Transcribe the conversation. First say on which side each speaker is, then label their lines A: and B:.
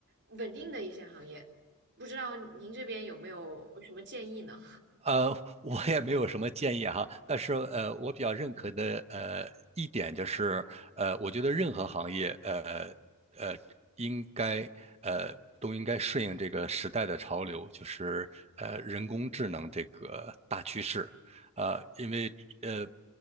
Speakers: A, on the right; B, on the right.
A: 稳定的一些行业。不知道您这边有没有什么建议呢？
B: 呃，我也没有什么建议哈，但是呃，我比较认可的呃一点就是，呃，我觉得任何行业，呃呃，应该呃都应该顺应这个时代的潮流，就是呃人工智能这个大趋势，呃，因为呃